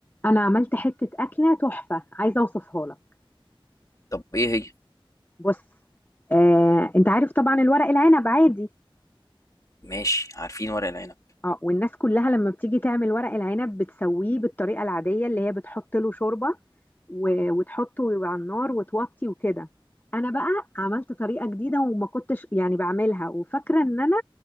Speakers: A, on the left; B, on the left.
A: انا عملت حته اكله تحفه عايزه اوصفها لك
B: طب ايه هي
A: بص آه، انت عارف طبعا الورق العنب عادي
B: ماشي عارفين ورق العنب
A: اه والناس كلها لما بتيجي تعمل ورق العنب بتسويه بالطريقه العاديه اللي هي بتحط له شوربه و- وتحطه على النار وتوطي وكده انا بقى عملت طريقه جديده وما كنتش يعني بعملها وفاكره ان انا